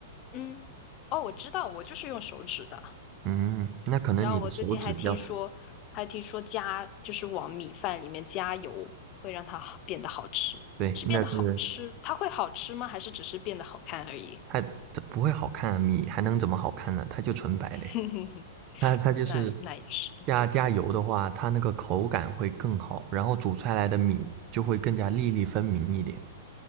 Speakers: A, on the left; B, on the right.
A: 嗯，哦，我知道，我就是用手指的。
B: 嗯，那可能你的手指比较长，
A: 然后我最近还听说，还听说加就是往米饭里面加油，会让它好变得好吃，
B: 对，
A: 是变得好吃，
B: 那是
A: 它会好吃吗？还是只是变得好看而已？
B: 它它不会好看啊，米还能怎么好看呢？它就纯白的，
A: <laughs>
B: 它它就是
A: 那那也是，
B: 加加油的话，它那个口感会更好，然后煮出来的米就会更加粒粒分明一点。